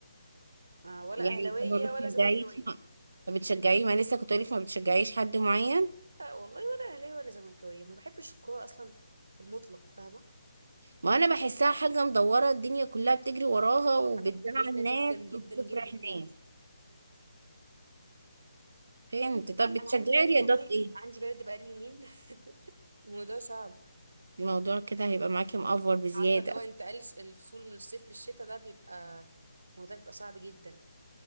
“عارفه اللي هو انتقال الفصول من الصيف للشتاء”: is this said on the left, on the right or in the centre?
Right